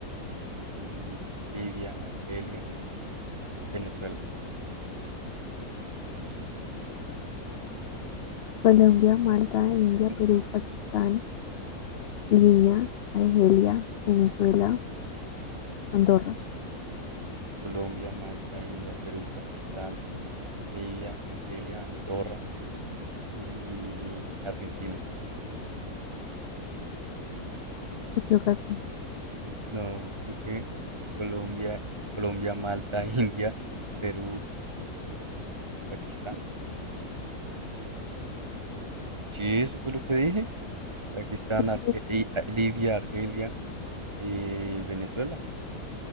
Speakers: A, on the right (about 20°); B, on the left (about 80°).
A: L- Libia, Argelia, Venezuela.
B: Colombia, Malta, India,
A: N-
B: Perú, Pakistán, Libia, Argelia, Venezuela, Andorra.
A: Colombia, Malta, India, Perú, Pakistán, Libia, Argelia, Andorra y, y Argentina.
B: Te equivocaste.
A: No, ¿qué? Colombia, Colombia, Malta, <laughs> India, Perú, Pakistán. Sí, eso fue lo que dije. Pakistán, Arge-
B: Después
A: y- a- Libia, Argelia, eh, Venezuela.